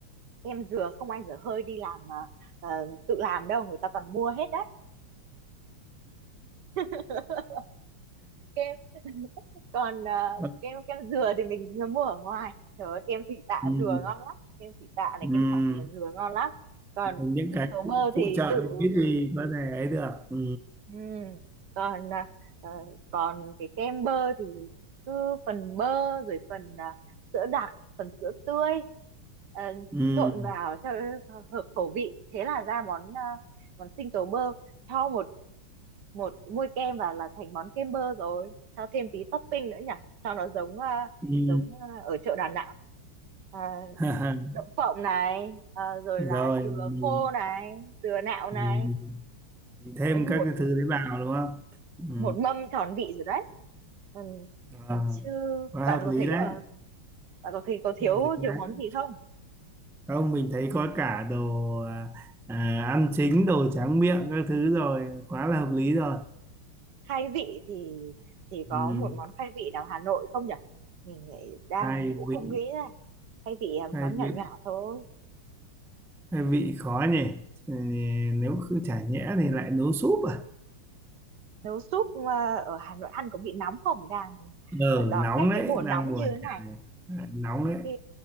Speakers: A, on the right (about 55°); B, in the centre.
A: kem dừa không ai dở hơi đi làm mà ờ, tự làm đâu người ta toàn mua hết đấy <laughs> kem <laughs> còn ờ,
B: <laughs>
A: kem kem dừa thì mình mua ở ngoài trời ơi, kem thị tạ
B: ừ,
A: dừa ngon lắm kem thị tạ này
B: ừ.
A: kem Tràng Tiền dừa ngon lắm còn
B: những
A: sinh
B: cái
A: tố bơ
B: phụ
A: thì
B: phụ trợ
A: tự
B: thì biết gì có thể ấy được ừ.
A: Ừ. Còn à, ờ, còn cái kem bơ thì cứ phần bơ rồi phần à, sữa đặc, phần sữa tươi ờ,
B: Ừ.
A: trộn vào cho hợp khẩu vị, thế là ra món à, món sinh tố bơ cho một một muôi kem vào là thành món kem bơ rồi, cho thêm tí topping nữa nhỉ, cho nó giống à,
B: Ừ.
A: giống à, ở chợ Đà Nẵng. À,
B: <laughs>
A: đậu phộng này, à, rồi
B: rồi
A: là dừa
B: mình,
A: khô này, dừa nạo
B: mình,
A: này.
B: mình thêm
A: Đấy một
B: các cái thứ đấy vào đúng không ừ.
A: một mâm tròn vị rồi đấy ừ. ừ,
B: à,
A: chứ
B: quá
A: bạn
B: hợp
A: có
B: lý
A: thấy
B: đấy
A: là bạn có thấy có thiếu
B: Hợp lý đấy.
A: thiếu món gì không
B: không mình thấy có cả đồ à, à, ăn chính đồ tráng miệng các thứ rồi quá là hợp lý
A: ừ.
B: rồi
A: khai vị thì thì có
B: ừ.
A: một món khai vị nào Hà Nội không nhỉ mình nghĩ đang
B: hai
A: cũng không
B: vị
A: nghĩ ra khai vị là
B: hai
A: món
B: vị
A: nhỏ nhỏ thôi
B: hai vị khó nhỉ Ừ, nếu cứ chả nhẽ thì lại nấu súp à
A: nấu súp à, ở Hà Nội ăn có bị nóng không đang
B: ờ
A: ờ, đón
B: nóng
A: khách
B: đấy
A: cái mùa nóng
B: đang mùa
A: như thế
B: chả
A: này
B: này lại nóng đấy
A: khi